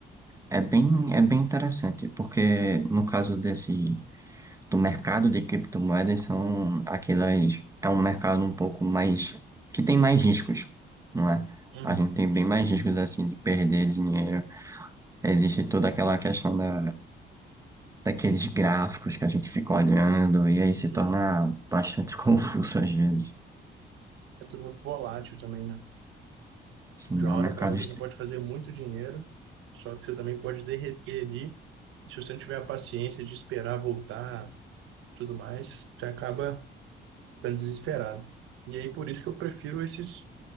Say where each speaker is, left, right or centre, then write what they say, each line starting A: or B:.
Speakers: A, on the right; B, on the right.
A: é bem, é bem interessante, porque no caso desse, do mercado de criptomoedas, são aquelas, é um mercado um pouco mais, que tem mais riscos, não é?
B: Uhum.
A: A gente tem bem mais riscos assim de perder dinheiro Existe toda aquela questão da, daqueles gráficos que a gente fica olhando e aí se
B: Uhum.
A: torna bastante <laughs> confuso às vezes.
B: É tudo muito volátil também, né?
A: Sim,
B: De uma
A: é um
B: hora
A: mercado.
B: para outra
A: extre-
B: você pode fazer muito dinheiro, só que você também pode derreter ali. Se você não tiver a paciência de esperar voltar, tudo mais, você acaba para desesperado. E aí por isso que eu prefiro esses